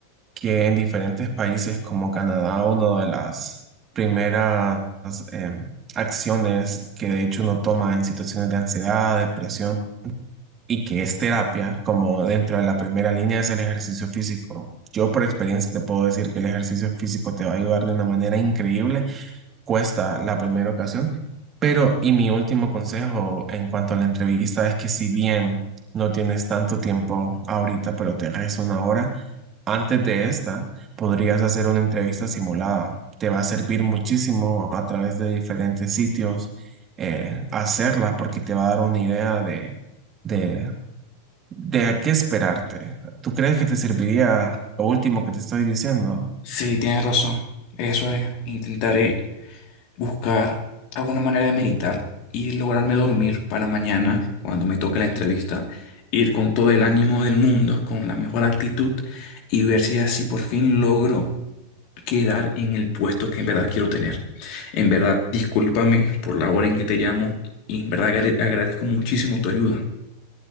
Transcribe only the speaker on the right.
que en diferentes países como Canadá, una de las primeras eh, acciones que de hecho uno toma en situaciones de ansiedad, depresión y que es terapia, como dentro de la primera línea es el ejercicio físico. Yo por experiencia te puedo decir que el ejercicio físico te va a ayudar de una manera increíble, cuesta la primera ocasión, pero y mi último consejo en cuanto a la entrevista es que si bien no tienes tanto tiempo ahorita, pero te resta una hora, antes de esta, podrías hacer una entrevista simulada. Te va a servir muchísimo a través de diferentes sitios eh, hacerla porque te va a dar una idea de, de, de a qué esperarte. ¿Tú crees que te serviría lo último que te estoy diciendo?